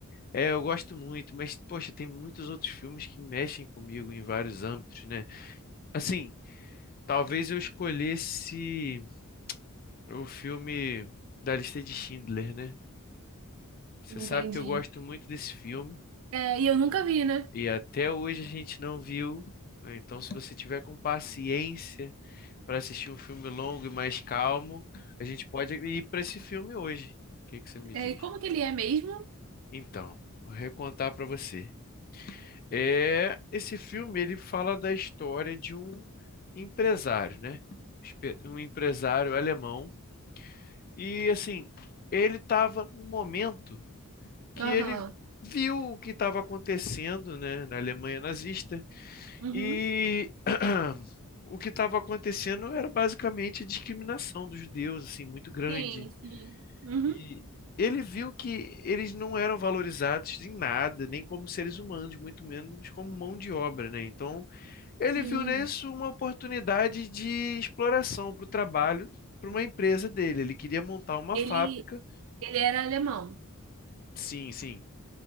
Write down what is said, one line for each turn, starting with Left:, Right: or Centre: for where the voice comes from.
Left: É, eu gosto muito, mas, poxa, tem muitos outros filmes que mexem comigo em vários âmbitos, né? Assim, talvez eu escolhesse o filme da lista de Schindler, né? Você
Right: Entendi.
Left: sabe que eu gosto muito desse filme
Right: É, e eu nunca vi, né?
Left: e até hoje a gente não viu, né? Então, se você tiver com paciência. para assistir um filme longo e mais calmo, a gente pode ir para esse filme hoje. O que que você me
Right: É,
Left: diz?
Right: e como que ele é mesmo?
Left: Então, vou recontar para você. É, esse filme ele fala da história de um empresário, né? Espe- Um empresário alemão e assim, ele estava num momento que
Right: Aham.
Left: ele viu o que estava acontecendo, né, na Alemanha nazista
Right: Uhum.
Left: e <clears throat> o que estava acontecendo era basicamente a discriminação dos judeus, assim, muito grande.
Right: Sim, sim. Uhum.
Left: E Ele viu que eles não eram valorizados em nada, nem como seres humanos, muito menos como mão de obra, né? Então, ele
Right: Sim.
Left: viu nisso uma oportunidade de exploração para o trabalho, para uma empresa dele. Ele queria montar uma
Right: Ele,
Left: fábrica.
Right: ele era alemão.
Left: Sim, sim.